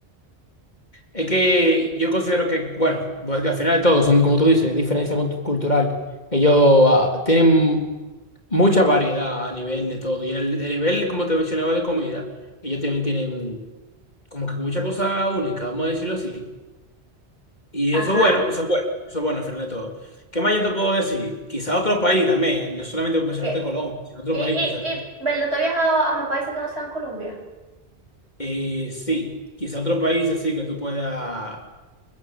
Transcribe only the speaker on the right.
Ajá.
¿Qué?
¿Y, y,
y, verdad, tú has viajado a más países que no sean Colombia?